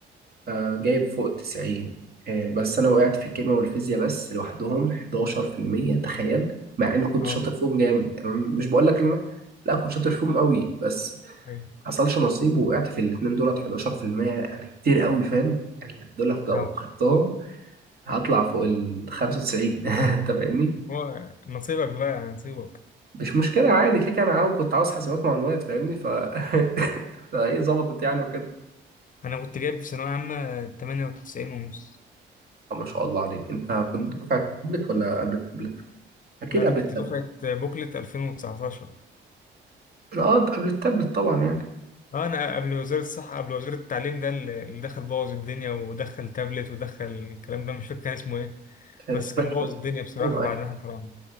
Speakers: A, on the right; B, on the left.
A: آه جايب فوق التسعين آه بس أنا وقعت في الكيمياء والفيزياء بس لوحدهم 11% تخيل مع إني كنت
B: أه
A: شاطر فيهم جامد يعني مش بقول لك إن أنا لا كنت شاطر فيهم قوي بس ما
B: أيوه
A: حصلش نصيب ووقعت في الاتنين دولت 11% يعني كتير قوي فاهم يعني دولت لو
B: أه
A: خدتهم هطلع فوق ال 95 <laughs> أنت فاهمني؟
B: هو نصيبك بقى نصيبك
A: مش مشكلة عادي كده كده أنا عاو- كنت عاوز حاسبات معلومات فاهمني ف <laughs> فإيه ظبطت يعني وكده
B: انا كنت جايب في ثانويه عامه 98 ونص
A: آه، ما شاء الله عليك أنت كنت دفعة تابلت ولا قبل التابلت؟ أكيد
B: لا
A: قبل
B: انا كنت
A: التابلت
B: دفعه بوكلت 2019
A: أه أنت قبل التابلت طبعا يعني
B: اه انا قبل وزير الصحه قبل وزير التعليم ده اللي اللي دخل بوظ الدنيا ودخل تابلت ودخل الكلام ده مش فاكر كان اسمه ايه
A: آه،
B: بس كان
A: طبعاً.
B: بوظ الدنيا بصراحه
A: أيوه
B: بعد
A: أيوه
B: ما احنا طلعنا